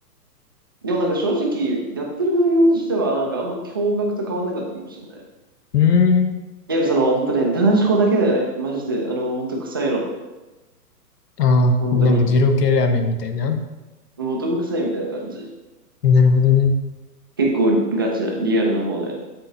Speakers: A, on the right; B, on the left.
A: でもなんか正直、やってる内容としては、なんかあんま驚愕と変わんなかったかもしれない。
B: うーん。
A: やっぱその、本当ね、男子校だけだよね、マジで。あの、本当臭いの。
B: ああなんか二郎系ラーメンみたいな。
A: 本当に。もう男臭いみたいな感じ。
B: なるほどね。
A: 結構ガチな、リアルな方で。